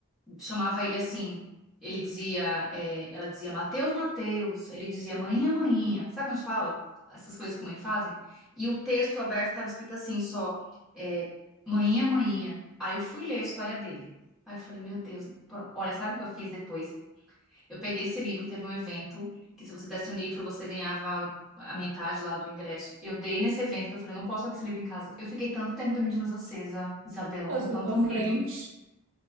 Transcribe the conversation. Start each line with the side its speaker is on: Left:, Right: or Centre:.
Centre: chamava ele assim, ele dizia, é, ela dizia Mateus, Mateus, ele dizia manhinha, manhinha. Sabe quando a gente fala? Essas coisas que mãe fazem? E o texto aberto estava escrito assim, só, é, manhinha, manhinha. Aí eu fui ler a história dele. Aí eu falei, meu Deus, pro- olha, sabe o que eu fiz depois? Eu peguei esse livro, teve um evento que se você desse um livro, você ganhava a metade lá do ingresso. Eu dei nesse evento que eu falei, eu não posso ficar com esse livro em casa. Eu fiquei tanto tempo dormindo de luz acesa, Isabela,
Right: <laughs> passou
Centre: com tanto
Right: pra frente.
Centre: medo.